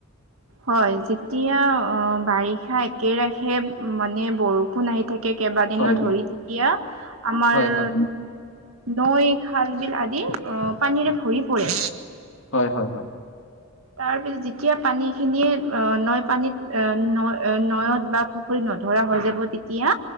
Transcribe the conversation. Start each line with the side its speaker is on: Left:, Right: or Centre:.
Right: হয়, যেতিয়া অ' বাৰিষা একেৰাখে মানে বৰষুণ কোন আহি থাকে কেইবাদিনো
Left: হয়,
Right: ধৰি তেতিয়া আমাৰ
Left: হয়, হয়, হয়,
Right: নৈ খাল বিল আদি অ' পানীৰে ভৰি পৰে।
Left: হয়, হয়, হয়।
Right: তাৰপিছত যেতিয়া পানী খিনিয়ে অ' নৈ পানীত ন নৈয়ত বা পুখুৰীত ন নধৰা হৈ যাব, তেতিয়া।